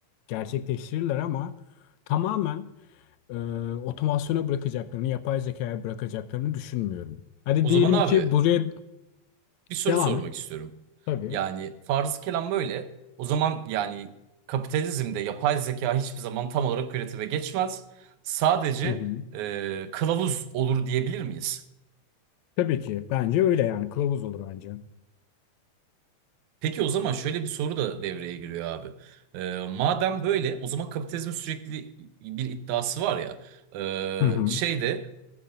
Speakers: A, on the left; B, on the right.
A: gerçekleştirirler ama tamamen e, otomasyona bırakacaklarını, yapay zekaya bırakacaklarını düşünmüyorum. Hadi
B: O
A: diyelim
B: zaman abi
A: ki buraya
B: bir soru
A: devam
B: sormak
A: et.
B: istiyorum.
A: Tabii.
B: Yani farz kelam böyle. O zaman yani kapitalizmde yapay zeka hiçbir zaman tam olarak üretime geçmez. Sadece
A: Hı hı.
B: e, kılavuz olur diyebilir miyiz?
A: Tabii ki. Bence öyle yani. Kılavuz olur bence.
B: Peki o zaman şöyle bir soru da devreye giriyor abi. E, madem böyle o zaman kapitalizmin sürekli bir iddiası var ya. E,
A: Hı hı.
B: şeyde